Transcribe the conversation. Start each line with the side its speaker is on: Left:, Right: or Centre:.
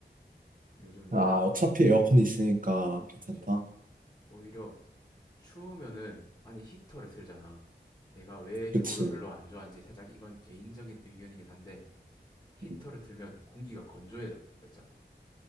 Left: 요즘 뭐
Right: 아, 어차피 에어컨이 있으니까 괜찮다.
Left: 진짜 오히려 추우면은 아니 히터를 틀잖아 내가 왜 겨울을
Right: 그치.
Left: 별로 안 좋아하는지 살짝 이건 개인적인 의견이긴 한데 히터를
Right: 음.
Left: 틀면 공기가 건조해져 살짝